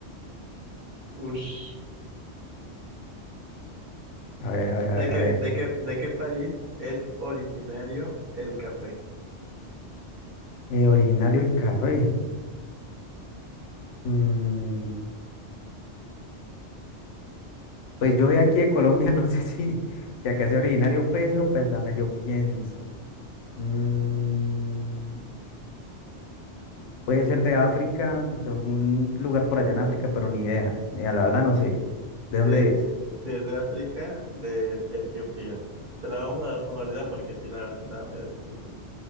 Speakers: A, on the right; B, on the left.
A: ush.
B: A ver, a ver,
A: ¿De
B: a ver,
A: qué,
B: a ver.
A: de qué, de qué país es originario el café?
B: Eh, originario el café. Mm, pues yo soy aquí de Colombia, <laughs> no sé si, <laughs> si acá es originario, pero pues dame, yo pienso. Mm, puede ser de África, de algún lugar por allá en África, pero ni idea. Ni idea, la verdad no sé. ¿De dónde
A: Sí,
B: es?
A: sí, es de África, de Etiopía. Te la vamos a dar por válida porque sí, la verdad sí estaba medio difícil.